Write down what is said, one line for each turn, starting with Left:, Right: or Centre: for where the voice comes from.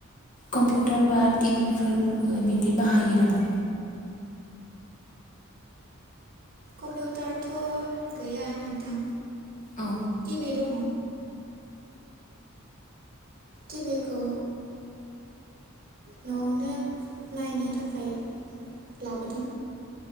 Left: कम्पिउटार बा टिभिफोर ओ बिदि बाहायो नामा
Right: कम्पिउटारथ' गैया नोंथां
Left: औ
Right: टिभि दंङ टिभिखौ न'आवनो नायनो थाखाय लाबोदों।